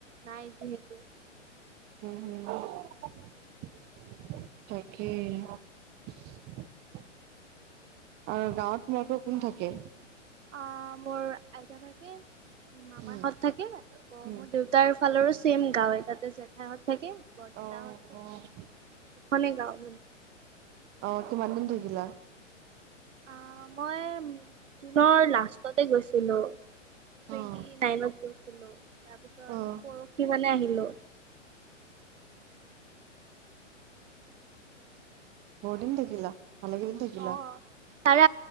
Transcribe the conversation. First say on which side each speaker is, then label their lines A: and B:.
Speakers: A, on the right; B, on the right.
A: নাই যিহেতু
B: উ তাকেই। আৰু গাঁৱত তোমালোকৰ কোন থাকে।
A: অ', মোৰ এজনালকে মাম
B: উম,
A: হত থাকে আকৌ
B: উম।
A: মোৰ দেউতাৰ ফালৰো চছেম গাওৱে তাতে জেঠাইহঁত থাকে। বৰ্তাহঁত
B: অ',।
A: থাকে <unintelligible>
B: আহ কিমান দিন থাকিলা।
A: অ', মই জুনৰ লাষ্টতে গৈছিলো। টেণ্টি
B: অহ,
A: নাইনত ছিলো তাৰ পিছত
B: অহ।
A: পৰহি মানে আহিলো।
B: বৰ্ডি দেখিলা মালগিৰি দেখিল।
A: অ' তাৰে